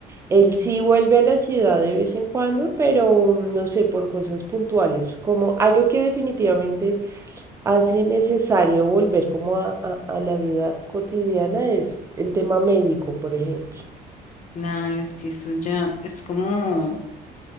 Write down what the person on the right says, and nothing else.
él sí vuelve a la ciudad de vez en cuando, pero no sé, por cosas puntuales, como algo que definitivamente hace necesario volver como a, a- a la vida cotidiana es el tema médico, por ejemplo.